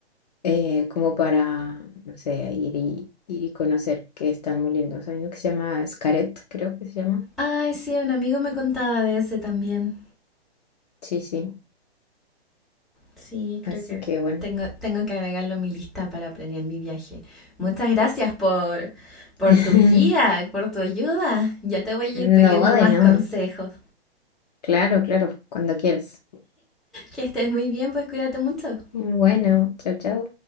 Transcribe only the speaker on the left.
eh, como para, no sé, ir y, ir y conocer, que están muy lindos. Hay uno que se llama Xcaret, creo que se llama
Sí, sí.
Así
que bueno.
<laughs>
No,
de no.
Claro, claro, cuando quieras.
Bueno, chao, chao.